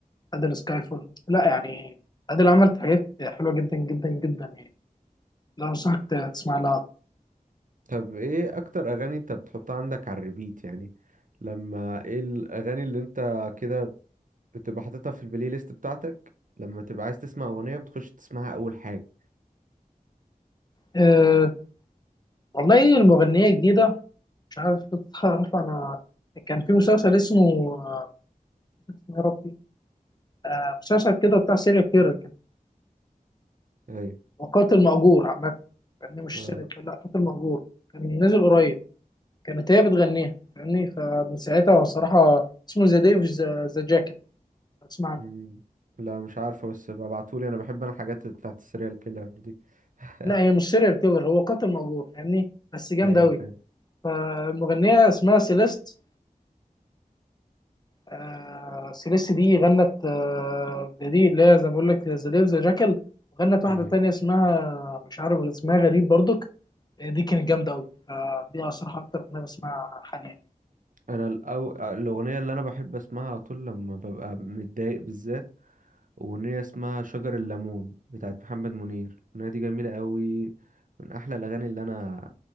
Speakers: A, on the left; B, on the right.
A: ادل سكاي فول لا يعني ادل عملت حاجات حلوه جدا جدا جدا يعني لا انصحك تسمع لها
B: طب ايه اكتر اغاني انت بتحطها عندك على الريبيت يعني لما ايه الاغاني اللي انت كده بتبقى حاططها في البلاي ليست بتاعتك لما تبقى عايز تسمع اغنية بتخش تسمعها اول حاجة
A: أه والله المغنيه جديده مش عارف تعرف انا كان في مسلسل اسمه آه، اسمه يا ربي آه مسلسل كده بتاع سيريال كيلر كان
B: ايوه
A: هو قاتل مأجور عامة يعني مش
B: آه.
A: سيريال كيلر لا قاتل مأجور كان نازل قريب كانت هي بتغنيها فاهمني فمن ساعتها الصراحة اسمه ذا ديف ذا جاكل اسمع
B: مم. لا مش عارفه بس ببعتولي انا بحب انا الحاجات بتاعت السريال كيلر دي <laughs>
A: لا هي مش سيريال كيلر هو قاتل مأجور فاهمني بس جامد
B: ايوه
A: أوي
B: فاهم
A: فالمغنية اسمها سيليست آه سيليست دي غنت آه دي اللي هي زي ما بقول لك ذا ديف ذا جاكل وغنت واحدة
B: ايوه
A: تانية اسمها مش عارف اسمها غريب برضك آه، دي كانت جامدة أوي فدي الصراحة أكتر أغنية بسمعها حاليا
B: انا الأو... الاغنيه اللي انا بحب اسمعها على طول لما ببقى متضايق بالذات اغنيه اسمها شجر الليمون بتاعت محمد منير الاغنيه دي جميله قوي من احلى الاغاني اللي انا